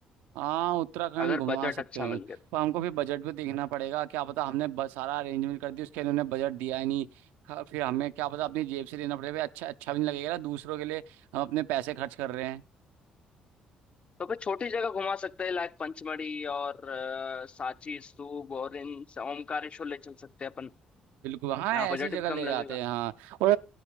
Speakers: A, on the right (about 80°); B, on the left (about 40°).
A: हाँ उत्तराखंड
B: अगर
A: घुमा
B: बजट
A: सकते
B: अच्छा
A: हैं
B: मिल गया तो
A: पर हमको फिर बजट भी देखना पड़ेगा क्या पता हमने बस सारा अरेंजमेंट कर दिया उसके लिए उन्होंने बजट दिया ही नहीं खा- फिर हमें क्या पता अपनी जेब से लेना पड़ेगा अच्छा अच्छा भी नहीं लगेगा ना दूसरों के लिए हम अपने पैसे खर्च कर रहे हैं
B: तो फिर छोटी जगह घुमा सकते हैं लाइक पंचमढ़ी और अ, सांची स्तूप और इन स- ओमकारेश्वर ले चल सकते हैं अपन
A: बिल्कुल हाँ
B: यहाँ
A: ऐसी
B: बजट
A: जगह
B: भी कम
A: ले
B: लगेगा
A: जाते हैं हाँ और